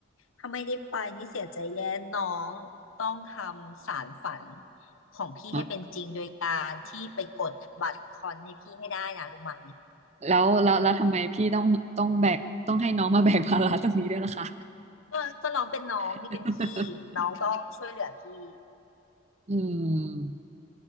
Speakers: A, on the left; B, on the right.
A: ถ้าไม่ได้ไปนี่เสียใจแย่น้องต้องทำสารฝันพี่ให้เป็นจริงโดยการที่ไปกดบัตรคอนให้พี่ให้ได้นะรู้ไหม
B: ฮะแล้วแล้วแล้วทำไมพี่ต้องต้องแบกต้องให้น้องมาแบกภาระตรงนี้ด้วยล่ะคะ
A: ก็ก็น้องเป็นน้องนี่เป็นพี่น้องต้องช่วยเหลือพี่
B: <laughs> อืม